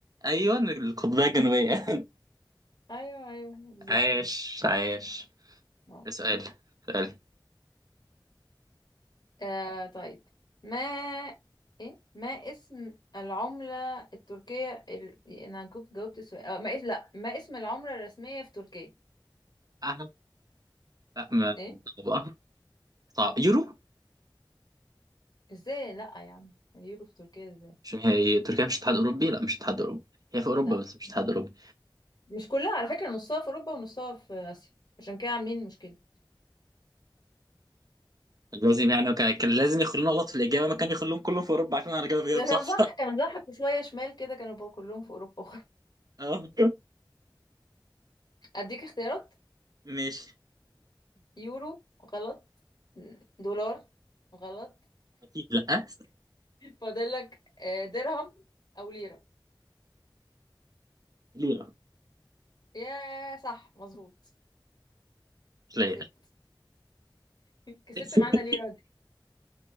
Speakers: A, on the right; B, on the left.
A: ايوه القطبية الجنوبية
B: ايوه ايوه بالظبط
A: <laughs> عايش
B: دي
A: عايش
B: آه.
A: سؤال سؤال
B: آه طيب ما ايه ما اسم العملة التركية ال... انا جاوبت جاوبت السؤال آه ما اسم لا ما اسم العملة الرسمية في تركيا
A: اه لا ما-
B: ايه
A: صعب آه، صعب يورو
B: ازاي لا يا عم اليورو في تركيا ازاي
A: مش هي تركيا مش اتحاد اوروبي لا مش اتحاد اوروبي هي في اوروبا
B: لا
A: بس مش اتحاد اوروبي
B: مش كلها على فكرة نصها في اوروبا ونصها في اسيا عشان كده عاملين مشكلة
A: لازم يعني كان كان لازم يخلونا غلط في الاجابه ما كان يخلوهم كلهم في اوروبا عشان انا جايب جايب
B: ده
A: صح
B: كان صح
A: <laughs>
B: كانوا ضحكوا شوية شمال كده كانوا بقى كلهم في اوروبا
A: اه
B: <laughs> اديك اختيارات
A: ماشي
B: يورو غلط دولار غلط
A: اكيد لا
B: فاضل لك آه، درهم او ليرة
A: ليره
B: يا صح مظبوط
A: مش
B: كسبت
A: ليره
B: <laughs> كسبت
A: <laughs>
B: معانا ليه راضي